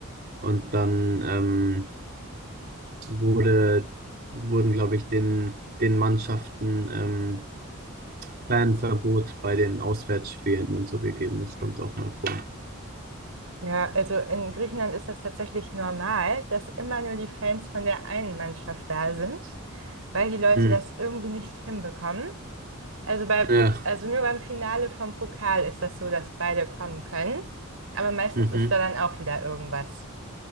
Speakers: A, on the right; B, on the right.
A: und dann ähm, wurde, wurden, glaube ich, den, den Mannschaften ähm, Fanverbot bei den Auswärtsspielen und so gegeben. Das kommt auch mal vor.
B: Ja, also in Griechenland ist das tatsächlich normal, dass immer nur die Fans von der einen Mannschaft da sind, weil die Leute
A: Hm.
B: das irgendwie nicht hinbekommen. Also bei,
A: Ja.
B: Pok- also nur beim Finale vom Pokal ist das so, dass beide kommen können. Aber meistens
A: Mhm.
B: ist da dann auch wieder irgendwas.